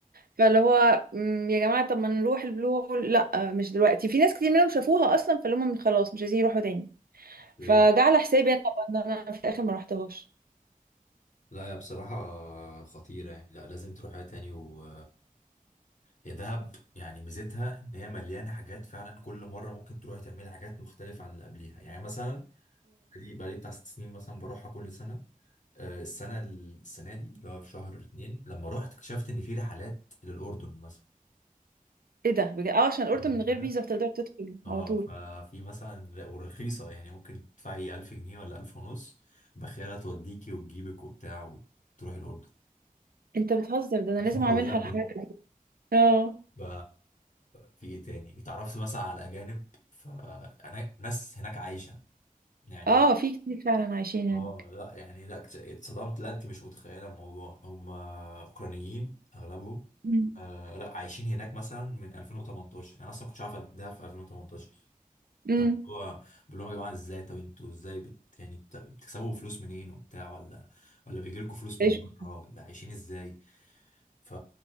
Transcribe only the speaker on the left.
ايه
لا يا بصراحه خطيره يعني لا لازم تروحها تاني و يا دهب يعني ميزتها ان هي مليانه حاجات فعلا كل مره ممكن تروحي تعملي حاجات مختلفه عن اللي قبليها يعني مثلا بقالي بقالي بتاع ست سنين مثلا بروحها كل سنة آه، السنة السنة دي اللي هو في شهر اتنين لما رحت اكتشفت إن في رحلات للأردن مثلا
<laughs> فاهم
حاجة؟
اه
ففي مثلا ورخيصة يعني ممكن تدفعي 1000 جنيه ولا 1000 ونص باخرة توديكي وتجيبك وبتاع وتروحي الأردن
<laughs>
والله بجد
ف- في ايه تاني اتعرفت مثلا على الأجانب فأنا ناس هناك عايشة يعني
اه لا يعني لا اكت- اتصدمت لا انت مش متخيله الموضوع هم اوكرانيين اغلبهم
آه لا عايشين هناك مثلا من 2018 انا اصلا ما كنتش عارف ده في 2018
فاللي هو بقول لهم يا جماعه ازاي طب انتوا ازاي بت يعني بت- بتكسبوا فلوس منين وبتاع ولا ولا بيجي لكم فلوس
من بره ولا عايشين ازاي ف